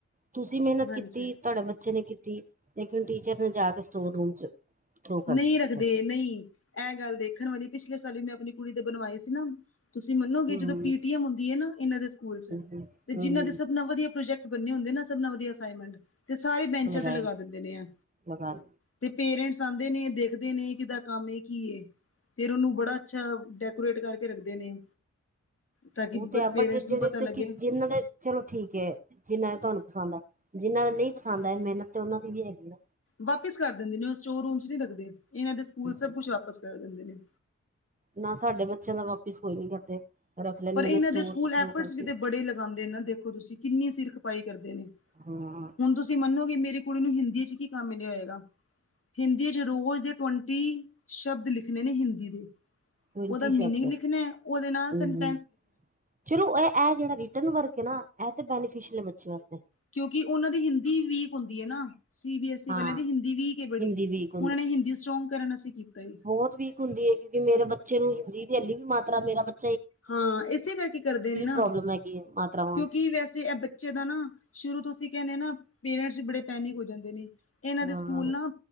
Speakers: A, on the right (about 25°); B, on the left (about 50°).
A: ਤੁਸੀਂ ਮੇਹਨਤ
B: ਹਾਂਜੀ
A: ਕੀਤੀ ਤਾਡੇ ਬੱਚੇ ਨੇ ਕੀਤੀ, ਲੇਕਿਨ ਟੀਚਰ ਨੇ ਜਾ ਕੇ ਸਟੋਰ ਰੂਮ ਚ ਥਰੋ ਕਰ
B: ਨਹੀਂ
A: ਦੇਣੀ
B: ਰੱਖਦੇ
A: ਚਲੋ
B: ਨਹੀਂ ਐਹ ਗੱਲ ਦੇਖਣ ਵਾਲੀ ਪਿਛਲੇ ਸਾਲ ਵੀ ਮੈਂ ਅਪਨੀ ਕੁੜੀ ਦੇ ਬਨਵਾਏ ਸੀ ਨਾ ਤੁਸੀਂ ਮੰਨੋਗੇ
A: ਹੂੰ
B: ਜਦੋਂ ਪੀਟੀਐਮ ਹੁੰਦੀ ਏ ਨਾ ਇਹਨਾਂ ਦੇ ਸਕੂਲ ਚ
A: ਹੂੰ
B: ਤੇ
A: ਹੂੰ
B: ਜਿਨਾਂ
A: ਹੂੰ
B: ਦੇ ਸਭ ਨਾਲ ਵਧੀਆ ਪ੍ਰੋਜੈਕ ਬੰਨੇ ਹੁੰਦੇ ਨਾ ਸਭ ਨਾਲ ਵਧੀਆ ਅਸਾਈਨਮੈਂਟ ਤੇ ਸਾਰੇ ਬੈਂਚਾਂ
A: ਲਗਾਇਆ
B: ਤੇ ਲਗਾ ਦੇਂਦੇ ਨੇ ਐ।
A: ਲਗਾ
B: ਤੇ ਪੇਰੇਂਟਸ ਆਂਦੇ ਨੇ ਦੇਖਦੇ ਨੇ ਕਿੱਦਾ ਕੰਮ ਏ ਕੀ ਏ। ਫੇਰ ਉਨੂੰ ਬੜਾ ਅੱਛਾ ਡੈਕੋਰੇਟ ਕਰਕੇ ਰੱਖਦੇ ਨੇ। ਤਾਂ ਕਿ
A: ਉਹ ਤੇ ਹੈ
B: ਪੇਰੈਂਟਸ
A: ਬਟ ਜੇੜੇ
B: ਨੂੰ ਪਤਾ
A: ਤੇ
B: ਲੱਗੇ
A: ਕਿ ਜਿਨ ਦੇ ਚਲੋ ਠੀਕ ਹੈ ਜਿੰਨਾਂ ਨੇ ਤੁਹਾਨੂੰ ਪਸੰਦ ਆ, ਜਿਨਾ ਦੇ ਨਹੀਂ ਪਸੰਦ ਆਏ ਮੇਨਤ ਤੇ ਓਹਨਾਂ ਦੀ ਵੀ ਹੈਗੀ ਆ।
B: ਵਾਪਿਸ ਕਰ ਦੇਂਦੇ ਨੇ ਓਹ ਸਟੋਰ ਰੂਮ ਚ ਨੀ ਰਖਦੇ। ਇਹਨਾਂ ਦੇ ਸਕੂਲ
A: ਅੱਛਾ
B: ਸਭ
A: ਅੱਛਾ
B: ਕੁਛ ਵਾਪਿਸ ਕਰ ਦੇਂਦੇ ਨੇ।
A: ਨਾ ਸਾਡੇ ਬੱਚੇਆਂ ਦਾ ਵਾਪਿਸ ਕੋਈ ਨੀ ਕਰਦੇ। ਰੱਖ ਲੈਂਦੇ
B: ਪਰ ਇਹਨਾਂ
A: ਨੇ ਸਟੋਰ
B: ਦੇ ਸਕੂਲ
A: ਚ ਥਰੋ
B: ਐਫਰਟਸ
A: ਕਰਕੇ
B: ਵੀ ਬੜੇ ਲਗਾਂਦੇ ਨੇ ਨਾ ਦੇਖੋ ਤੁਸੀਂ ਕਿੰਨੀ ਸਿਰਖਪਾਈ ਕਰਦੇ ਨੇ।
A: ਹਾਂ।
B: ਹੁਨ ਤੁਸੀਂ ਮੰਨੋਗੇ ਮੇਰੀ ਕੁੜੀ ਨੂੰ ਹਿੰਦੀ ਚ ਕੀ ਕੰਮ ਮਿਲਿਆ ਹੋਏਗਾ। ਹਿੰਦੀ 'ਚ ਰੋਜ਼ ਦੇ ਟਵੰਟੀ ਸ਼ਬਦ ਲਿਖਨੇ ਨੇ ਹਿੰਦੀ ਦੇ।
A: ਟਵੰਟੀ
B: ਓਦਾ
A: ਸ਼ਬਦ
B: ਮੀਨਿੰਗ
A: ਹੈ
B: ਲਿਖਨਾ ਓਹਦੇ ਨਾਲ
A: ਹਮ
B: ਸਨ
A: ਹਮ ਚਲੋ ਐ ਐਹ ਜੇੜਾ ਰਿਟਨ ਵਰਕ ਏ ਨਾ ਐ ਤੇ ਬੈਨੀਫਿਸੀ਼ਲ ਏ ਬੱਚੇਆਂ ਅਸਤੇ।
B: ਕਿਉਂਕਿ ਓਨਾਂ ਦੀ ਹਿੰਦੀ ਵੀਕ ਹੁੰਦੀ ਏ ਨਾ, ਸੀ ਬੀ ਐਸ ਈ
A: ਹਾਂ
B: ਵਾਲਿਆਂ ਦੀ ਹਿੰਦੀ ਵੀਕ ਏ ਬੜੀ।
A: ਹਿੰਦੀ ਵੀਕ
B: ਓਨਾਂ ਨੇ ਹਿੰਦੀ ਸਟਰੋਂਗ ਕਰਨ ਅਸੇ ਕੀਤਾ ਈ।
A: ਬੌਤ ਵੀਕ ਹੁੰਦੀ ਏ ਕਿਉਕਿ ਮੇਰੇ ਬੱਚੇ ਨੂੰ ਹਿੰਦੀ ਦੀ ਹਲੀ ਵੀ ਮਾਤਰਾ ਮੇਰਾ ਬੱ
B: ਹਾਂ, ਇਸੀ ਕਰਕੇ ਕਰਦੇ ਨੇ ਨਾ,
A: ਪ੍ਰੋਬਲਮ ਹੈਗੀ ਹੈ ਮਾਤਰਾਵਾਂ
B: ਕਿਉਂਕਿ
A: ਚ
B: ਵੈਸੇ ਐ ਬੱਚੇ ਦਾ ਨਾ ਸ਼ੁਰੂ ਤੋਂ ਅਸੀਂ ਕੈਨੇ ਆਂ ਨਾ ਪੇਰੈਂਟਸ ਵੀ ਬੜੇ ਪੈਨਿਕ ਹੋ ਜਾਂਦੇ ਨੇ, ਐਨਾਂ
A: ਹਾਂ
B: ਦੇ ਸਕੂਲ ਨਾ